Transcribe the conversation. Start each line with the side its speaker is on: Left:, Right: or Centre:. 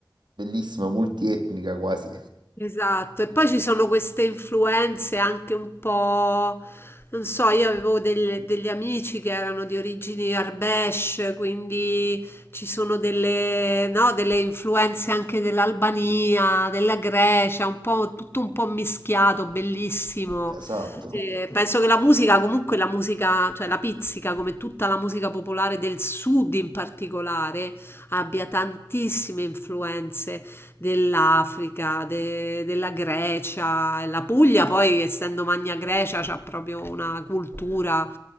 Right: bellissima, multietnica quasi.
Left: Esatto, e poi ci sono queste influenze anche un po', non so, io avevo del- degli amici che erano di origini Arbesh, quindi ci sono delle, no, delle influenze anche dell'Albania, della Grecia, un po', tutto un po' mischiato, bellissimo.
Right: Esatto.
Left: Eh, penso che la musica, comunque la musica, cioè la pizzica, come tutta la musica popolare del sud in particolare, abbia tantissime influenze dell'Africa, de- della Grecia, la Puglia poi essendo Magna Grecia c'ha proprio una cultura